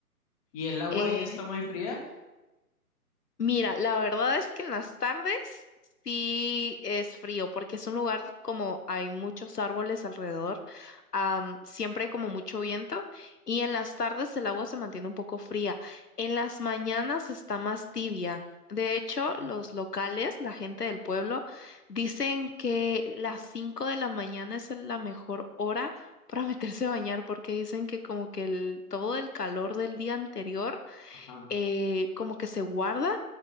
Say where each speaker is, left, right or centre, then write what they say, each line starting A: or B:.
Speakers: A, on the left; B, on the left.
A: ¿Y el agua
B: Eh,
A: ahí está muy fría?
B: Mira, la verdad es que en las tardes sí es frío, porque es un lugar como hay muchos árboles alrededor, am, siempre hay como mucho viento, y en las tardes el agua se mantiene un poco fría. En las mañanas está más tibia. De hecho,
A: Mm,
B: los locales, la gente del pueblo, dicen que las 5 de la mañana es la mejor hora para <laughs> meterse a bañar, porque dicen que como que el, todo el calor del día anterior
A: Ajá,
B: eh, como que se guarda